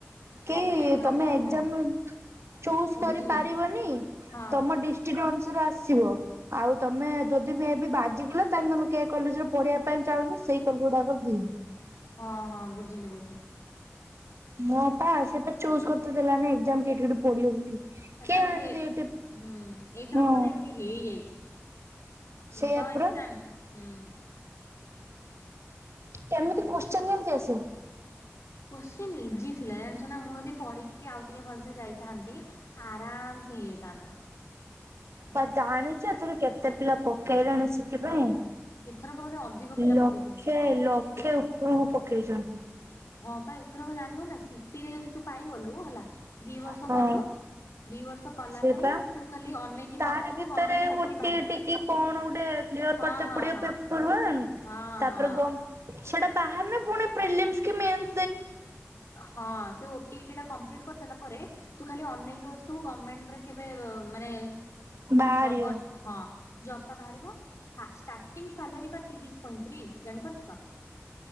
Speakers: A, on the right; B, on the left.
A: କି
B: ପକେଇ
A: ତମେ
B: ଓହୋ
A: ଏକ୍ଜାମ ଚୁଜ କରିପାରିବନି
B: ବୁଝିଲି। ହଁ
A: ତମ ଡିଷ୍ଟ୍ରିକଟ ଅନୁ ଆସିବ ଆଉ ତମେ ଯଦି ଏବେ ବି ବାଜିଯିବ ତାହେଲେ ତମେ କେ କଲେଜରେ ପଢିବା ପାଇଁ ଚାହୁଁଛ। ସେଇ କଲଗଡା କରିଦି।
B: ହଁ ହଁ ବୁଝିଲି ବୁଝିଲି।
A: ମୋ ବାପା ସେ ପା ଚୁଜ କରିଥିଲେ ଦେଲାନ ଏକ୍ଜାମ କେଠି କୋଠି ପଢିବ ବୋଲି।
B: ଆଚ୍ଛା
A: କେଆଣି
B: ବୋଧେ
A: ଯଦି ଏଠି
B: ହୁଁ ଏଇଥରକ
A: ହଁ
B: ବୋଧେ ଏମିତି ହେଇଯାଇଛି। ମୁଁ
A: ସେଇଆ
B: ତ
A: ପରା
B: ଏତେ ଜାଣି ନି ହୁଁ।
A: କେମିତି କୋଶ୍ଚନ କେମତି ଆସ?
B: କୋ୍ଚିନ ଇଜି ଥିଲା ଜାଣିଛ ନା ମୁଁ ଯଦି ପଢିକି ବି ଆଉ ଟିକେ ଭଲସେ ଯାଇଥାନ୍ତି। ଆରାମସେ ହେଇଯାଇଥାନ୍ତା।
A: ଆ ଜାଣିଛୁ ଏଥିରୁ କେତେ ପିଲା ପକେଇଲେଣି ସେଥିପାଇଁ
B: ଏଥରକ ବୋଧେ ଅଧିକ ପିଲା
A: ଲକ୍ଷେ
B: ପକେଇଛନ୍ତି।
A: ଲକ୍ଷେ ଉପରକୁ ପକେଇଛନ୍ତି।
B: ହଁ ବା ଏଥର ଜାଣିନୁ ନା ସିଟିରେ ଯଦି ତୁ ପାଇଗଲୁ ହେଲା ଦି ବର୍ଷ
A: ହଁ
B: କଲୁ। ଦି ବର୍ଷ କଲା
A: ସେପା
B: ପରେ ତୁ ଖାଲି ଅନେଇକି
A: ତାରି
B: ବସିଥିବୁ
A: ଭିତରେ
B: ଗମେଣ୍ଟ୍ ଚାକିରୀ
A: ଗୋଟେ
B: ବାହାରିବ।
A: ଟିକେ କଣ ଗୋଟେ କ୍ଲିୟର
B: ହଁ
A: କରିତେ
B: ହଁ
A: ପଡିିବ
B: ହଁ
A: ପେପର ୱାନ୍।
B: ହଁ
A: ତାପରେ
B: ହଁ।
A: ଗମ୍ ସେଟା ବାହାରେ ପୁଣି ପ୍ରେଲିମ୍ କି ମେନ୍
B: ହଁ ସେ ଓଟି ଇଟି ଟା କମ୍ପ୍ଲିଟ କରିଦେଲା ତୁ ଖାଲି ଅନେଇକି ବସିଥିବୁ ଗମେଣ୍ଟରେ କେବେ ମାନେ
A: ବାହାରିବ।
B: ଦବ ହଁ। ବାହାରିବା ଷ୍ଟ। ଟିଙ୍ଗ୍ ସାଲେରି ପା ତିରିଶି ପଇଁତିରିଶି ଜାଣିପାରିଛୁ ତ?